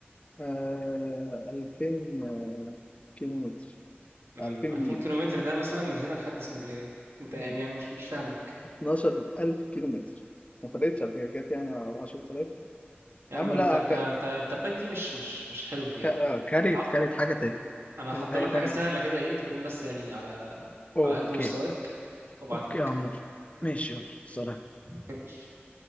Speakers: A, on the left (about 30°); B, on the right (about 85°).
A: آه... 2000 كيلو متر
B: امم
A: 2000
B: 2000
A: ميل
B: كيلومتر ده مثلا من هنا لحد اسكندريه انت
A: تمام
B: يعني أنا مش مش فاهمك
A: 12000 كيلو متر ما فرقتش على فكرة جت يعني 10000
B: يا
A: يا
B: عم
A: عم
B: انت
A: لا
B: انت
A: ك...
B: انت انت الباك دي مش مش مش حلو فيها
A: ك... آه، كاريت
B: حض
A: كاريت حاجة تانية
B: انا
A: كاريت
B: هحضر
A: حاجة
B: لك حاجه
A: تانية
B: سهله كده ايه تكون بس يعني على
A: أوكي
B: على قد مستواك وابعت
A: أوكي
B: لك
A: يا عمور ماشي يلا سلام
B: <laughs>